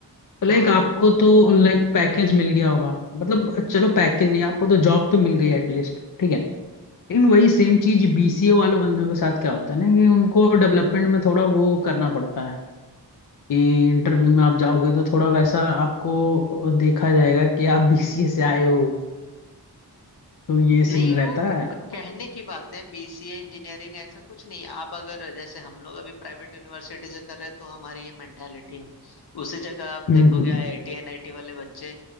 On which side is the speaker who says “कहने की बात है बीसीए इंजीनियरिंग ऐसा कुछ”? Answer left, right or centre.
Left